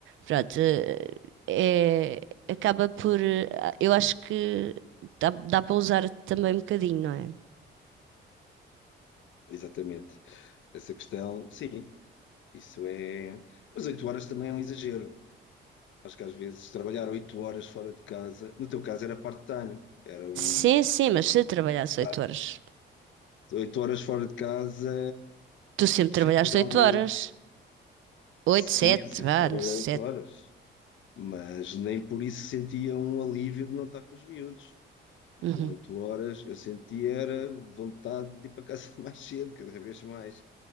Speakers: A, on the right (about 75°); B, on the left (about 70°).
A: Pronto, eh, é, acaba por. eh, Eu acho que dá, dá para usar também um bocadinho, não é?
B: Exatamente. Essa questão, sim, isso é. Mas oito horas também é um exagero. Acho que às vezes trabalhar oito horas fora de casa, no teu caso era part-time, era um.
A: Sim, sim, mas se trabalhasse
B: pá,
A: oito horas.
B: Oito horas fora de casa,
A: Tu sempre
B: chegas
A: trabalhaste
B: a
A: oito
B: uma.
A: horas.
B: al-
A: Oito,
B: Sim,
A: sete,
B: eu sempre
A: vá,
B: trabalhei
A: no sete.
B: oito horas, mas nem por isso sentia um alívio de não estar com os miúdos. Porque
A: Uhum,
B: com oito horas eu sentia era vontade de ir para casa <laughs> mais cedo, cada vez mais.